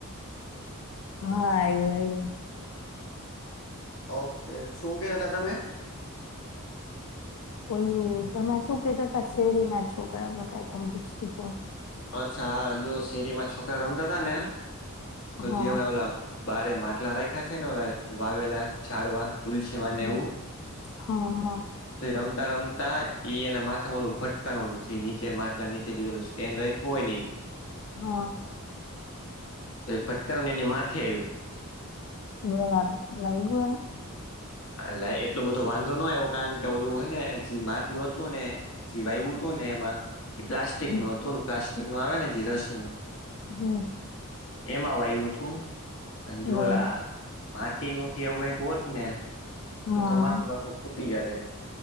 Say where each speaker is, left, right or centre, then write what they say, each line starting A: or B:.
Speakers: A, on the left; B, on the left.
A: હા આઈવો આઇવો
B: ઓકે શું કહતા હતા તમે
A: ઓલુ તમે શું કહેતા તે શેરીના છોકરાઓ ન કંઈક ત ગુચતી
B: અચ્છા હ જો શેરીમાં છોકરા રમતા હતા ને તો
A: હા
B: જે હોય ઓલા બારે માટલા રાખ્યા છે ને ઓ વાવેલા છાડવા તુલસીમાં
A: હમ
B: ને એવું
A: હા હા
B: તે રમતા રમતા એના માથામાં ઓલું ભટકાણું જે નીચે માટલા નીચે જેલું સ્ટેન્ડ રાખવું હોય ને
A: હા
B: તો એ ભટકાયાને એની માથે આવ્યું
A: બરાબર વાયગું એને
B: લ એટલો બધો વાંધો ન આવ્યો કારણ કે ઓલું હને જે માટલું હતું ને જીવા એવું હતું ને એમાં એ પ્લાસ્ટિક
A: એને
B: નો હતો પ્લાસ્ટિક નો આવે ને જે રસ નું
A: જો
B: એમાં વાયું હતું અન જોલા
A: બરાબર
B: માટી નું કે એવું કાંઈક હોત ને
A: હા
B: તો તો માથું બાથું ફૂટી જાત એમ